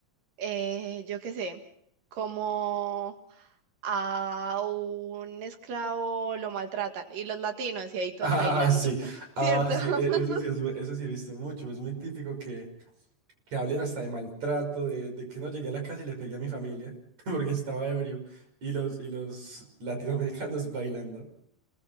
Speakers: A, on the right (about 85°); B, on the right (about 55°).
A: eh, yo qué sé, como a un esclavo lo maltratan y los latinos y ahí todos
B: Ah,
A: bailando,
B: sí,
A: <laughs>
B: ah,
A: ¿cierto? <laughs>
B: sí, e- eso sí, es mu- eso sí he visto mucho. Es muy típico que, que hablen hasta de maltrato, de, de que no llegué a la casa y le pegué a mi familia <laughs> porque estaba ebrio y los, y los latinoamericanos bailando.